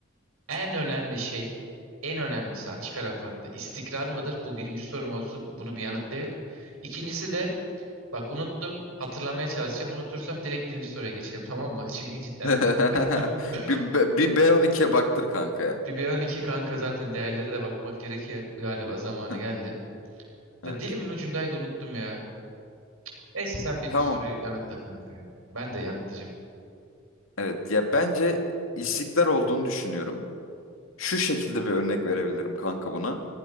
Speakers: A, on the right (about 90°); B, on the left (about 75°).
A: en önemli şey en önemlisi açık ara farklı istikrar mıdır? Bu birinci sorum olsun bunu bir yanıtlayak. İkincisi de Bak unuttum. Hatırlamaya çalışacağım. Unutursam direkt birinci soruya geçelim tamam mı? <laughs> Çünkü cidden
B: <laughs>
A: unuttum. <laughs>
B: Bir, B- bir B12'ye baktır kanka ya.
A: Bir B12 kanka zaten değerlere de bakmak gerekiyor. Galiba zamanı
B: <laughs>
A: geldi.
B: Evet.
A: Da dilimin ucundaydı unuttum ya. Neyse sen birinci
B: Tamam.
A: soruyu yanıtla kanka. ya. Ben de yanıtlayacağım.
B: Evet ya bence istikrar olduğunu düşünüyorum. Şu şekilde bir örnek verebilirim kanka buna.